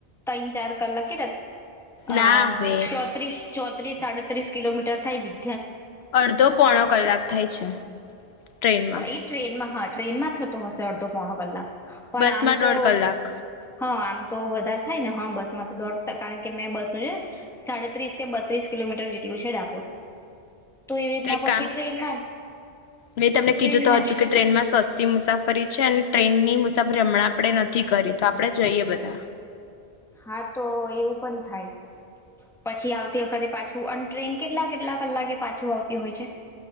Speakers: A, in the centre; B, on the left (about 75°).
A: ત્રણ ચાર કલાક કે. અ
B: ના હવે
A: ચોત્રીસ. ચોત્રીસ સાડત્રીસ કિલોમીટર થાય બી
B: અડધો પોણો કલાક થાય છે ટ્રેનમાં.
A: એ ટ્રેનમાં હા ટ્રેનમાં થતો હશે. અડધી પોણો કલાક. પણ
B: બસમાં
A: આમ તો
B: દોઢ કલાક
A: હા આમ તો વધારે થાય ને હા બસ માં તો દોડતા કારણ કે મેં બસ નું છે સાડત્રીસ કે બત્રીસ કિલોમીટર જેટલું છે ડાકોર. એવી રીતના
B: તો એક
A: પછી
B: કામ
A: ટ્રેનમાં
B: મેં તમને
A: ટ્રેનમાં
B: કીધું તો હતું કે ટ્રેનમાં સસ્તી મુસાફરી છે અને ટ્રેનની મુસાફરી હમણાં આપડે નથી કરી તો આપડે જઈએ બધા.
A: હા તો એવું પણ થાય પછી આવતી વખતે પાછું અને ટ્રેન કેટલા કેટલા કલાકે પાછું આવતી હોય છે.